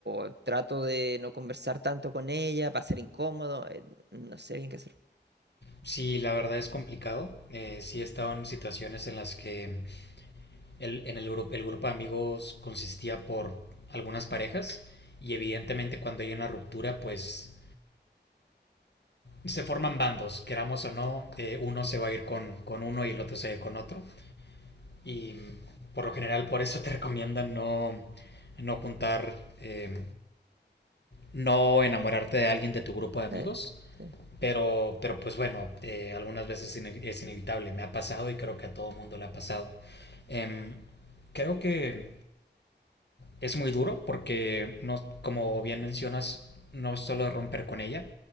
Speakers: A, on the right (about 65°); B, on the left (about 65°).
A: o trato de no conversar tanto con ella, va a ser incómodo, eh, no sé bien qué hacer.
B: Sí, la verdad es complicado. Eh, sí he estado en situaciones en las que El, en el, grupo, el grupo de amigos consistía por algunas parejas y evidentemente cuando hay una ruptura pues se forman bandos, queramos o no, eh, uno se va a ir con, con uno y el otro se va a ir con otro. Y por lo general por eso te <laughs> recomiendan no, no juntar, eh, no enamorarte de alguien de tu grupo de amigos.
A: Eh, sí.
B: Pero, pero pues bueno, eh, algunas veces es inevitable, me ha pasado y creo que a todo mundo le ha pasado. Eh, creo que Es muy duro porque, no, como bien mencionas, no solo romper con ella,